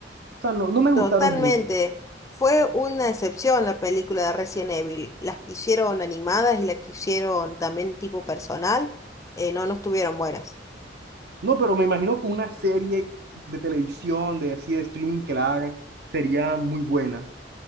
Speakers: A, on the right (about 60°); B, on the left (about 15°).
A: sea, no, no me
B: Totalmente.
A: gustaron mucho.
B: Fue una excepción la película de Resident Evil. Las que hicieron animadas y las que hicieron también tipo personal, eh, no, no estuvieron buenas.
A: No, pero me imagino que una serie de televisión, de así de streaming que la hagan, sería muy buena.